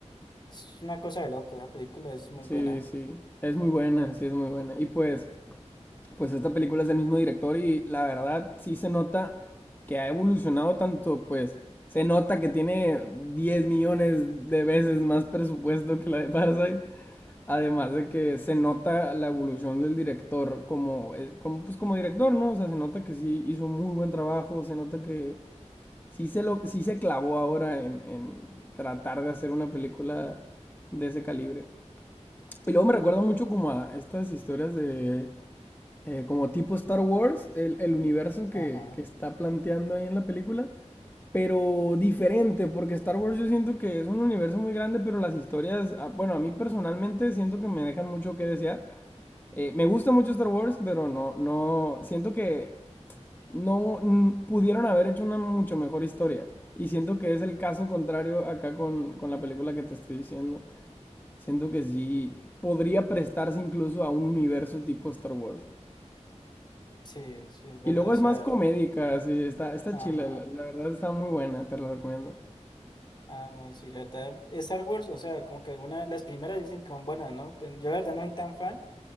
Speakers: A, on the left; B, on the left.
A: es una cosa de loco, esa película es muy
B: Sí,
A: buena.
B: sí. Es muy buena, sí, es muy buena. Y pues, pues esta película es del mismo director y la verdad sí se nota que ha evolucionado tanto, pues se nota que tiene 10 millones de veces más presupuesto que la de Parasite. Además de que se nota la evolución del director como, eh, como, pues como director, ¿no? O sea, se nota que sí hizo un muy buen trabajo, se nota que sí se, lo, sí se clavó ahora en, en tratar de hacer una película de ese calibre. Y luego me recuerda mucho como a estas historias de... eh, como tipo Star Wars, el, el universo que,
A: Ajá,
B: que está planteando ahí en la película, pero diferente, porque Star Wars yo siento que es un universo muy grande, pero las historias, ah, bueno, a mí personalmente siento que me dejan mucho que desear. Eh, me gusta mucho Star Wars, pero no, no, siento que no mm, pudieron haber hecho una mucho mejor historia. Y siento que es el caso contrario acá con, con la película que te estoy diciendo. Siento que sí podría prestarse incluso a un universo tipo Star Wars.
A: sí, sí, es verdad,
B: Y luego
A: o
B: es
A: sea,
B: más comédica, sí está, está
A: ajá.
B: chila, la, la verdad está muy buena, te la recomiendo.
A: Ah, no, sí, la verdad, Star Wars, o sea, como que algunas, las primeras dicen que son buenas, ¿no? Pues yo la verdad no soy tan fan,